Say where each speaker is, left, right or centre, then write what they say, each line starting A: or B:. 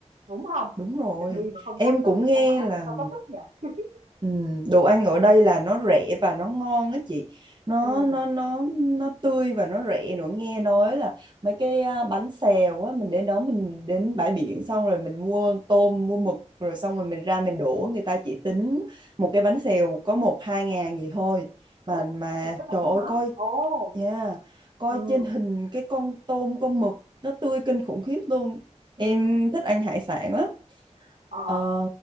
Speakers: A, on the right (about 85°); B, on the right (about 35°).
A: đúng không
B: đúng rồi
A: được đi mà không
B: em
A: có sức
B: cũng nghe
A: không có ăn
B: là
A: thì sao có sức nhỉ <laughs>
B: Ừ, đồ ăn ở đây là nó rẻ và nó ngon á chị nó
A: ừ
B: nó nó nó tươi và nó rẻ nữa nghe nói là mấy cái à, bánh xèo á mình đến đó mình đến bãi biển xong rồi mình mua tôm mua mực rồi xong rồi mình ra mình đổ người ta chỉ tính một cái bánh xèo có một hai ngàn gì thôi
A: Ủa,
B: mà mà
A: trễ vậy
B: trời ơi
A: hả
B: coi
A: ồ
B: nha coi
A: ừ
B: trên hình cái con tôm con mực nó tươi kinh khủng khiếp luôn em
A: ừ
B: thích ăn hải sản lắm
A: Ờ,
B: Ờ,